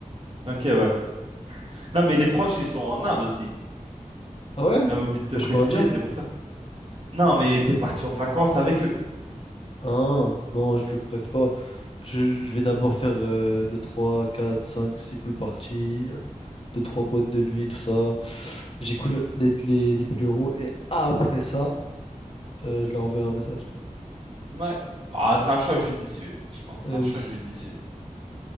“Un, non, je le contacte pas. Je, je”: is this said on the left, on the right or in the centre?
Left